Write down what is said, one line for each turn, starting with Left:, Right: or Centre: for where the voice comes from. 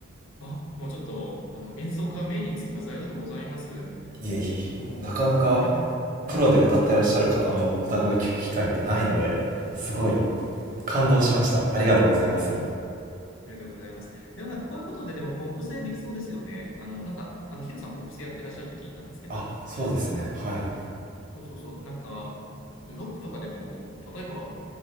Left: あ、もうちょっと、あの、演奏家名義につきます。ありがとうございます。
Right: いえいえい
Left: そう。
Right: えなかなか
Left: あ、うんうん。
Right: プロで歌ってらっしゃる方の歌声聞く機会ってないのですごい感動しましたありがとうございます
Left: ありがとうございます。でもなんかこういうことってでもポップスでできそうですよね。あの、なんか、あの、ヒロさんポップスやってらっしゃるって聞いたんですけど、
Right: あそうですねはい
Left: そうそうそう、なんか、ロックとかでも、例えば、